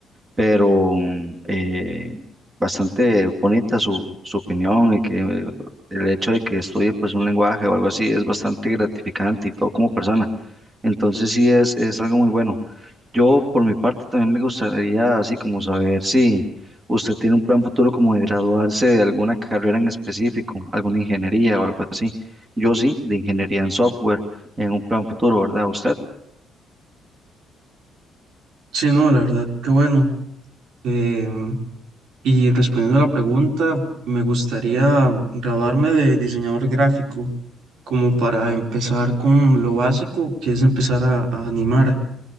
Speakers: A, on the right; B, on the right.
A: pero mm, eh, bastante bonita su, su opinión y que eh, el hecho de que estudie pues un lenguaje o algo así es bastante gratificante y todo como persona. Entonces sí es, es algo muy bueno. Yo por mi parte también me gustaría así como saber si usted tiene un plan futuro como de graduarse de alguna carrera en específico, alguna ingeniería o algo así. Yo sí, de ingeniería en software, en un plan futuro, ¿verdad? ¿Usted?
B: Sí, no, la verdad, qué bueno. em, Y respondiendo a la pregunta, me gustaría graduarme de diseñador gráfico, como para empezar con lo básico, que es empezar a, a animar.